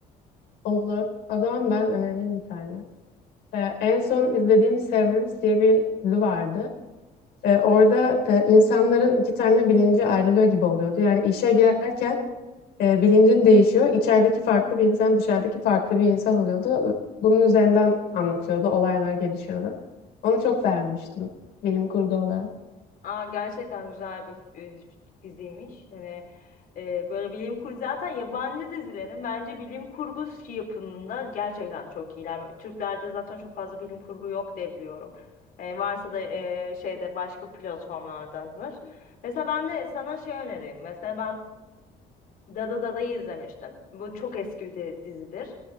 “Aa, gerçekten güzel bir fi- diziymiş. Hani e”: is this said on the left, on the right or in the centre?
Left